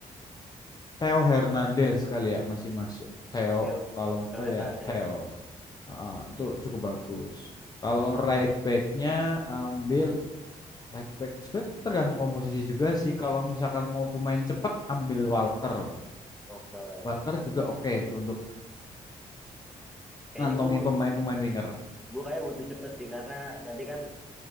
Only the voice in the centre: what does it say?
Theo
Theo
Hernandez
Oke.
kayaknya
gue bu-
gue kayak butuh cepet sih karena nanti kan